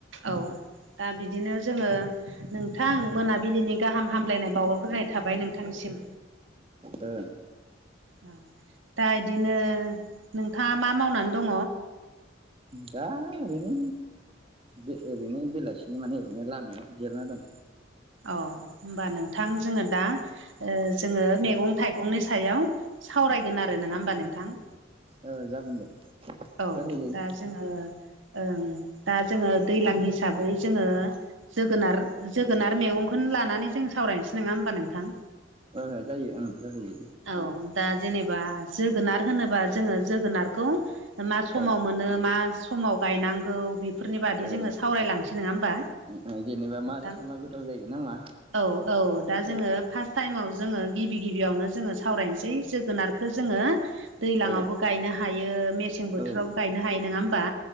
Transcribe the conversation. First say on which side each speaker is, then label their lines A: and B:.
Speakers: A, on the right; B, on the right.
A: औ दा बिदिनो जोङो नोंथां मोनाबिलिनि गाहाम हामलायनाय बावहरग्रोनाय थाबाय नोंथांसिम।
B: ओ
A: औ दा इदिनो नोंथाङा मा मावनानै दङ?
B: दा ओरैनो बे ओरैनो बेलासिनि माने ओरैनो लामायाव जिरायना दं।
A: अ ओमबा नोंथां जोङो दा ओ जोङो मेगं थाइगंनि सायाव सावरायगोन आरो नङा ओमबा नोंथां?
B: ओ जागोन दे
A: औ
B: रायलायजायो
A: दा जोङो ओं दा जोङो दैलां हिसाबै जोङो जोगोनार जोगोनार मेगंखौनो लानानै जों सावरायनोसै नङा ओमबा नोंथां?
B: ओ जायो ओं जाहैयो।
A: औ दा जेनेबा जोगोनार होनोबा जोङो जोगोनारखौ मा समाव
B: ओ
A: मोनो मा समाव गायनांगौ बेफोरनि बादि
B: ओ
A: जोङो सावरायलांसै नङा ओमबा?
B: ओ जेनेबा
A: नोंथां
B: मारै संबा गोथाव जायो ना मा
A: औ औ दा जोङो
B: ओ
A: फार्स्ट टाइमाव जोङो गिबि गिबियावनो जोङो सावरायनोसै जोगोनारखौ जोङो दैलाङावबो
B: ओ
A: गायनो हायो मेसें बोथोरावबो
B: ओ औ
A: गायनो हायो नङा ओमबा?